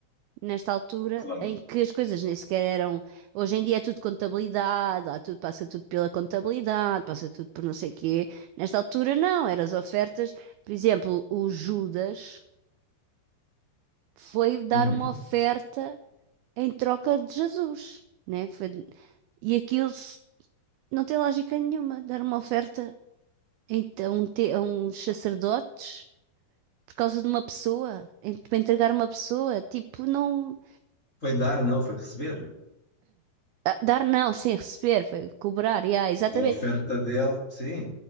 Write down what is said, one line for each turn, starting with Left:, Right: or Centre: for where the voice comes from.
Right: nesta altura
Left: claro.
Right: em que as coisas nem sequer eram. Hoje em dia é tudo contabilidade, há tudo, passa tudo pela contabilidade, passa tudo por não sei quê. Nesta altura não, eram as ofertas. Por exemplo, o Judas foi dar
Left: Uhum.
Right: uma oferta em troca de Jesus, né? Foi- E aquilo se- não tem lógica nenhuma, dar uma oferta em- a, um te- a uns sacerdotes. Por causa de uma pessoa, em- para entregar uma pessoa, tipo, não.
Left: Foi dar, não, foi receber.
Right: Ah, Dar não, sem receber, foi cobrar, yeah, exatamente.
Left: A oferta dele, sim,